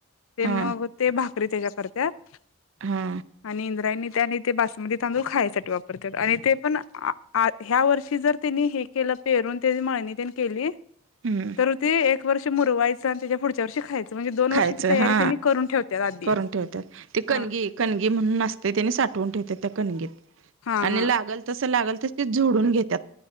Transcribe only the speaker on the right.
हा
हा
हम्म
खायचं
हा
करून ठेवतात ते कणगी
कणगी म्हणून असते त्याने साठ ठेवतया कणगी
आणि
लागल तस लागल तस ते जोडून घेत्यात